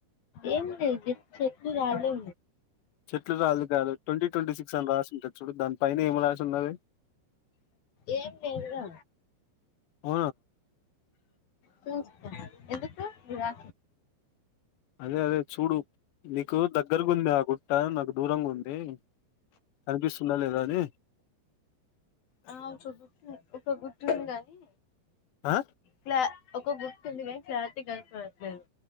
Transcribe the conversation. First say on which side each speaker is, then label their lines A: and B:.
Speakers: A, on the left; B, on the left.
A: ఏం లే చెక్కు రాలే
B: చెట్లు రాదు కాదు ట్వంటీ ట్వంటీ సిక్స్ అని రాసింటే చూడు దానికి పైనాపిల్ ఏం రాసి ఉన్నది
A: ఏం లేదుగా
B: ఆ
A: చూస్తా ఎందుకు విరా
B: అదే అదే చూడు నీకు దగ్గరగా ఉంది ఆ గుట్ట నాకు దూరంగా ఉంది కనిపిస్తుందా లేదా అని
A: ఆ ఒక చోట ఒక గుతు గానీ
B: ఆ
A: ఇలా ఒక గుర్తుంది కానీ క్లారిటీగా కనపడట్లేదు